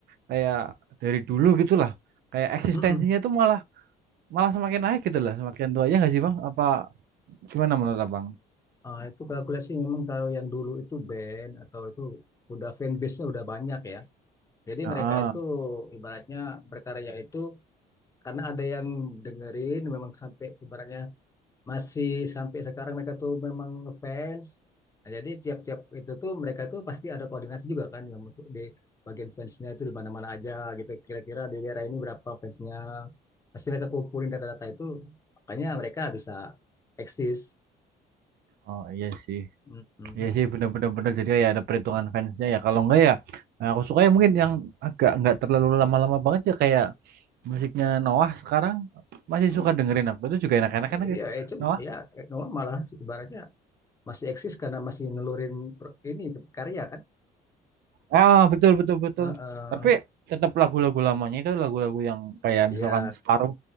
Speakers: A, on the right (about 70°); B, on the left (about 20°).
A: kayak dari dulu gitulah. Kayak eksistensinya
B: Mm-mm.
A: itu malah malah semakin naik gitu lah, semakin tua ya nggak sih Bang? Apa gimana menurut Abang?
B: Ah, itu kalkulasi memang kalau yang dulu itu band atau itu udah fanbase-nya udah banyak ya. Jadi
A: Ah,
B: mereka itu
A: ah.
B: ibaratnya berkarya itu karena ada yang dengerin memang sampai ibaratnya masih sampai sekarang mereka tuh memang fans Nah, jadi tiap-tiap itu tuh mereka tuh pasti ada koordinasi juga kan yang untuk di bagian fansnya itu di mana-mana aja gitu. Kira-kira di daerah ini berapa fansnya. Pasti mereka kumpulin data-data itu. Makanya mereka bisa eksis.
A: Oh iya sih,
B: Mm-mm.
A: iya sih bener-bener bener. Jadi ya ada perhitungan fansnya ya. Kalau enggak ya, nah, aku suka ya mungkin yang agak nggak terlalu lama-lama banget ya kayak Musiknya Noah sekarang masih
B: Hmm,
A: suka dengerin aku itu juga enak-enakan
B: Iya
A: gitu.
B: itu
A: Noah.
B: ya Noah malah ibaratnya masih eksis karena masih nelurin pro- ini karya kan.
A: Ah, betul betul betul.
B: Heeh.
A: Tapi tetap lagu-lagu lamanya itu lagu-lagu yang kayak
B: Iya,
A: misalkan separuh